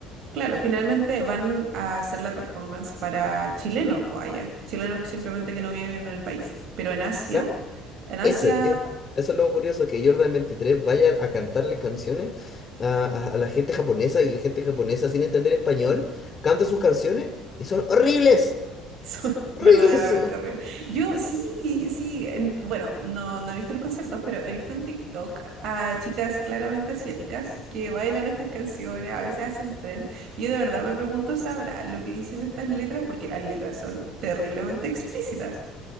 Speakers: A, on the right; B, on the left.
A: Claro, finalmente van a hacer la performance para chilenos, pues allá. Chilenos simplemente que no viven en el país. Pero en Asia,
B: Claro,
A: en Asia,
B: ese, es- eso es lo curioso, que Jordan veintitrés vaya a cantarle canciones a, a- a la gente japonesa y la gente japonesa sin entender español canta sus canciones y son horribles,
A: <laughs> soy
B: horribles.
A: verdaderamente horrible. Yo sí, sí, en- bueno, no, no he visto los conciertos, pero he visto en TikTok a chicas claramente asiáticas que bailan estas canciones, a veces hacen tren. Yo de verdad me pregunto, ¿sabrán lo que dicen estas letras? Porque las letras son terriblemente explícitas.